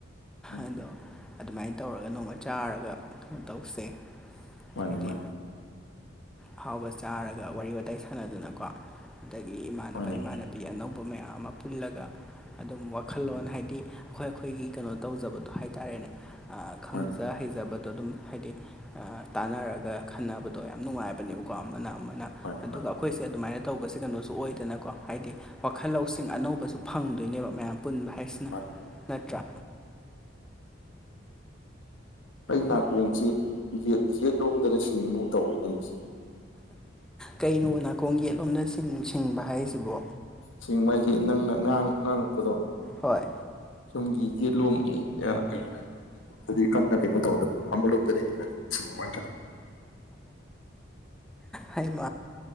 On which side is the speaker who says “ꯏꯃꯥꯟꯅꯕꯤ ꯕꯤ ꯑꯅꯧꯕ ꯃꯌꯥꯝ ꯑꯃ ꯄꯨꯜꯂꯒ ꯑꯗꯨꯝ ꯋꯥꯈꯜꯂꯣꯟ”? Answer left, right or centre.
Centre